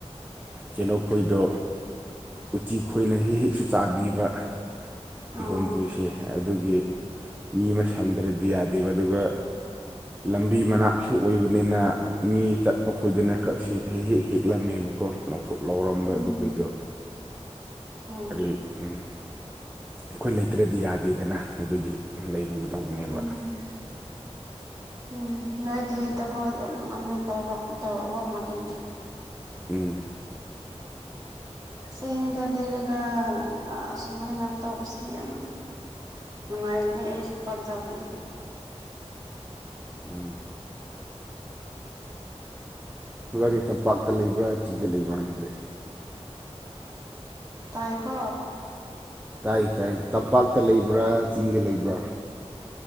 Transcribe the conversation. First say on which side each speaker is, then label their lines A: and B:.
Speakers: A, on the right; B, on the right.
A: ꯀꯩꯅꯣ ꯈꯣꯏꯗꯣ ꯎꯆꯤ ꯈꯣꯏꯅ ꯍꯦꯛ ꯍꯦꯛꯁꯨ ꯆꯥꯕꯤꯕ ꯀꯤꯍꯣꯝ
B: ꯑꯣ
A: ꯍꯣꯏꯏꯁꯦ ꯑꯗꯨꯒꯤ ꯃꯤ ꯑꯃ ꯁꯪꯗ꯭ꯔꯗꯤ ꯌꯥꯗꯦꯕ ꯑꯗꯨꯒ ꯂꯝꯕꯤ ꯃꯅꯥꯛꯁꯨ ꯑꯣꯏꯕꯅꯤꯅ ꯃꯤ ꯆꯠꯄ ꯈꯣꯏꯗꯨꯅ ꯈꯛꯁꯤ ꯍꯦꯛ ꯍꯦꯛ ꯍꯦꯛꯂꯝꯃꯦꯕꯀꯣ ꯊꯣꯠ ꯂꯧꯎꯔꯝꯕ
B: ꯎꯝ
A: ꯑꯗꯨꯈꯣꯏꯗꯣ
B: ꯑꯣ
A: ꯀꯔꯤ ꯑꯩꯈꯣꯏ ꯂꯩꯇ꯭ꯔꯗꯤ ꯌꯥꯗꯦꯗꯅ ꯑꯗꯨꯒꯤ ꯂꯩꯔꯨꯒꯗꯧꯕꯅꯦꯕ
B: ꯎꯝ ꯎꯝ ꯅꯣꯏꯗꯤ ꯊꯕꯛ ꯌꯥꯝ ꯅꯨꯡꯉꯥꯏꯅ ꯇꯧꯔ ꯇꯧꯔꯕ ꯃꯥꯂꯦꯅꯦ
A: ꯎꯝ
B: ꯆꯦꯡꯗ ꯂꯩꯔꯒ ꯑꯁꯨꯃꯥꯏꯅ ꯇꯧꯕꯁꯦ ꯌꯥꯝ ꯅꯨꯡꯉꯥꯏꯕꯅꯦ ꯑꯩꯁꯨ ꯄꯥꯝꯖꯥꯕꯅꯦ
A: ꯎꯝ <unintelligible> ꯇꯝꯄꯥꯛꯇ ꯂꯩꯕ꯭ꯔꯥ ꯆꯤꯡꯗ ꯂꯩꯕ꯭ꯔꯥ ꯅꯪꯗꯤ
B: ꯇꯥꯏꯀꯣ
A: ꯇꯥꯏ ꯇꯥꯏ ꯇꯝꯄꯥꯛꯇ ꯂꯩꯕ꯭ꯔꯥ ꯆꯤꯡꯗ ꯂꯩꯕ꯭ꯔꯥ